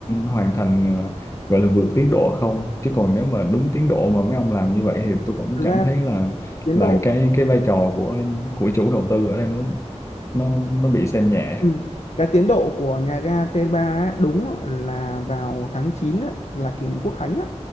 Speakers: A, on the left (about 25°); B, on the left (about 65°).
A: hoàn thành ờ, gọi là vượt tiến độ không? Chứ còn nếu mà đúng tiến độ mà mấy ông làm như vậy thì tôi cũng
B: thực
A: cảm
B: ra
A: thấy là
B: tiến
A: là
B: độ
A: cái cái vai trò của của chủ đầu tư ở đây nó nó nó bị xem nhẹ.
B: Ừ. Cái tiến độ của nhà ga T3 á, đúng á, là vào tháng 9 á, là kỷ niệm Quốc Khánh á